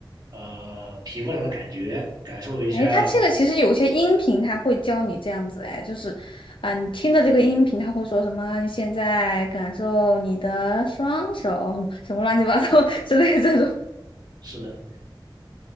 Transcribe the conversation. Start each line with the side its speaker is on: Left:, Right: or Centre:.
Right: 呃皮肤上的感觉，感受一下。
Left: 哎，它这个其实有些音频它会教你这样子，哎，就是，啊、你听的这个音频它会说什么？你现在感受你的双手，什么乱七八糟 <laughs> 之类的这种，
Right: 是的，